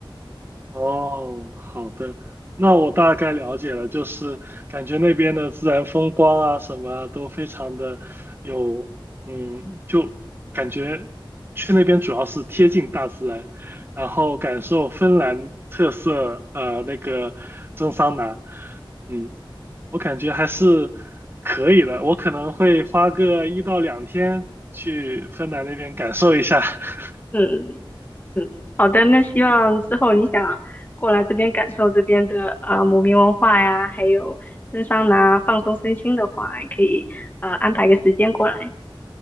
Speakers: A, on the right; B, on the left.
A: 哦，好的，那我大概了解了，就是感觉那边的自然风光啊，什么啊都非常的有，嗯，就感觉去那边主要是贴近大自然，然后感受芬兰特色，呃，那个蒸桑拿，嗯，我感觉还是可以的，我可能会花个一到两天去芬兰那边感受一下。<laughs>
B: 嗯嗯，好的，那希望之后你想过来这边感受这边的呃姆明文化呀，还有蒸桑拿放松身心的话，也可以呃安排个时间过来。